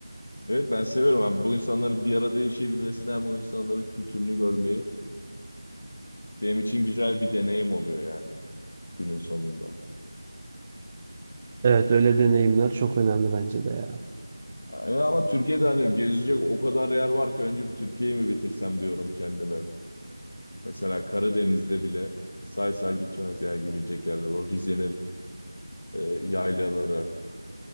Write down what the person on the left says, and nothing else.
Evet ben seviyorum. ben bu insanların bir arada yaşayabilmesini hem o insanların kültürünü görmeyi benim için güzel bir deneyim oluyor yani günün sonunda.
Yani ama Türkiye'de hani gezecek o kadar yer var ki önce bir Türkiye'yi mi bitirsem diyorum kendime. Mesela Karadeniz'de bile say say bitmez yer gidecek yerler. O Rize'nin e, yaylaları,